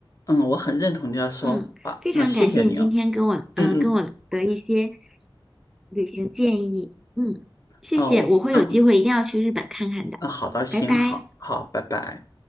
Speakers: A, on the left (about 40°); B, in the centre.
A: 嗯，我很认同你的说法。
B: 嗯，非常感谢你今天跟我，
A: 那谢谢您。嗯
B: 嗯、
A: 嗯，
B: 跟我的一些旅行建议。嗯，谢谢，
A: 啊，我嗯嗯，
B: 我会有机会一定要去日本看看的。
A: 啊好的，行，
B: 拜拜。
A: 好好，拜拜。